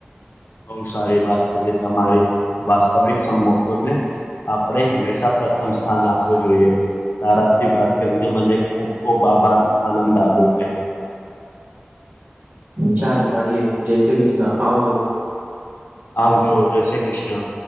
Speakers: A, on the left; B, on the right.
A: બો સારી વાત કીધી તમારી વાસ્તવિક સંબંધોને આપણે હંમેશા પ્રથમ સ્થાન આપવું જોઈએ તારાથી વાત કરીને મને ખૂબ ખૂબ આભાન આનંદ આવ્યો ભાઈ
B: ચાલ મળીયે જય શ્રી કૃષ્ણ આવજો
A: આવજો જય શ્રી કૃષ્ણ